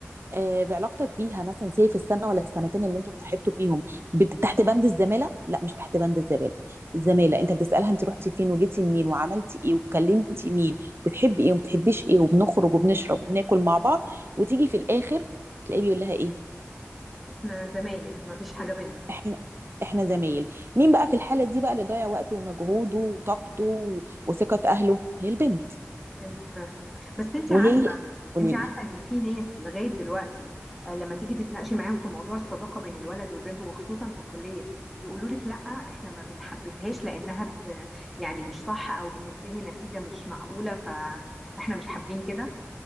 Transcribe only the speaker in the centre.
إحنا زمايل مفيش حاجة بينا
البنت فعلا بس انت
عارفه
انت عارفه
ان في ناس لغايه دلوقتي آه، لما تيجي تتناقشي معاهم في موضوع الصداقه بين الولد والبنت وخصوصا في الكليه يقولوا لك لا احنا ما بنحبذهاش لانها ب... يعني مش صح او بتنتهي نتيجه مش معقوله ف... فاحنا مش حابين كده